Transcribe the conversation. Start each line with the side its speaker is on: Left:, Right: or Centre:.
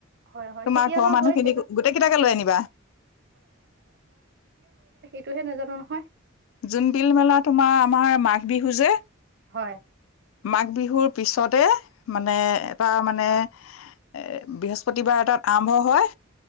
Right: হয় হয়
Left: তোমাৰ
Right: কেতিয়াবা
Left: ঘ মানুহখিনি
Right: হয় সেইটোত
Left: গোটেই কেইটাকে লৈ আনিবা।
Right: তোহে নাজানো নহয়।
Left: জোনবিল মেলা তোমাৰ আমাৰ মাঘ বিহু যে
Right: হয়
Left: মাঘ বিহুৰ পিছতে, মানে এটা মানে এ, বৃহস্পতিবাৰ এটাত আৰম্ভ হয়